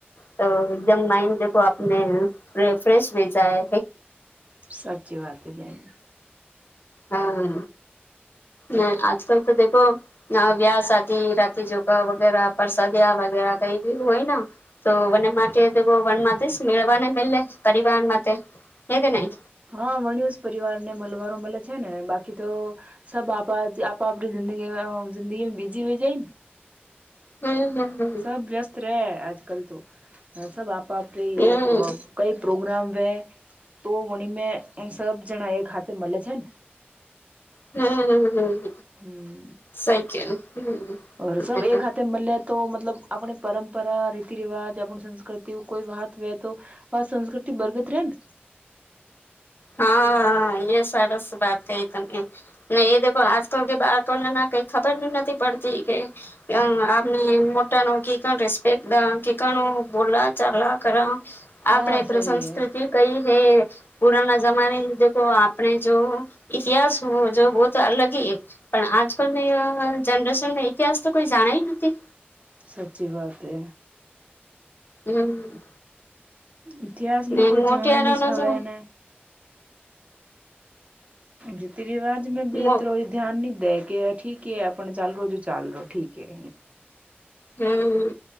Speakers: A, on the left (about 60°); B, on the right (about 35°).
A: તો એકદમ માઇન્ડ દો આપને ફ્રેશ ભેચાય.
B: સાચી વાત એ બેની.
A: હા! ને આજકલ તો દેખો ના વ્યા શાદી રાતી જોગા વગેરા પરસાદી આવે. વગેરા કઈ બી હોય ન તો વને માટે તો દેખો વનમાંથી મેળવાને મેેલે પરિવાર માટે હે કે નહીં?
B: હા વણ્યું જ પરિવારને મલવારો મળે છે ને બાકી તો સબ આપા આપા આપણે જિંદગીમેં જિંદગીમેં બીજી હોય જાઈને
A: હમ હમ હમ
B: સબ વ્યસ્ત રે આજકલ તો સબ આપ આપરી
A: હમ
B: ઓક કઈ પ્રૂફ પ્રોગ્રામ વે તો ઊણી મેં સબ જણા એક હાથે મલે છે ને?
A: હમ હમ હમ
B: હમ
A: સહી કેવું
B: ઓર
A: હમ
B: સબ એક હાથે મલે તો મતલબ આપણે પરંપરા, રીતિ રિવાજ, આપણ સંસ્કૃતિ કોઈ વાત વે તો આ સંસ્કૃતિ બરગદ રેન? <inaudible>
A: હા એ સરસ વાત કઈ તમે ને એ દખો આજકલ કે બાળકોને ને કઈ ખબર નથી પડતી કે અ ને મોટાનું કી કણ રિસ્પેક્ટ કી કણ નું બોલાચાલા કરા
B: હા
A: આપણે આપણી
B: સહી
A: સંસ્કૃતિ
B: હે
A: કઈ હે પુરાના ઈ લોકો આપણે જો ઇતિહાસ હો જો વો તો અલગ છે. પણ આજકલની જનરેશનને ઇતિહાસ તો કોઈ જાણે એ નથી.
B: સચી વાત એ
A: હમ
B: ઇતિહાસમાં
A: ને
B: કોઈ
A: મોટિયારો
B: જણવાની જ હવે
A: ન તો
B: એને રીતિ રિવાજ મેં બી
A: મો
B: એત્રરો ઈ ધ્યાન ની દે. કે ઠીકે આપણ ચાલ રો બી ચાલ રો ઠીક એ
A: હમ